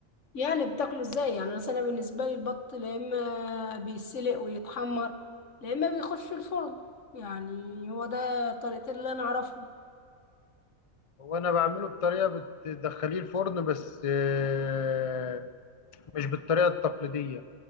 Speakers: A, on the left; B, on the left.
A: يعني بتاكله ازاي يعني مثلا أنا بالنسبه لي البط لا اما بيسلق ويتحمر لا اما بيخش في الفرن يعني هو ده الطريقتين اللي انا اعرفهم
B: هو انا بعمله بطريقة بتدخليه الفرن بس آه، مش بالطريقة التقليدية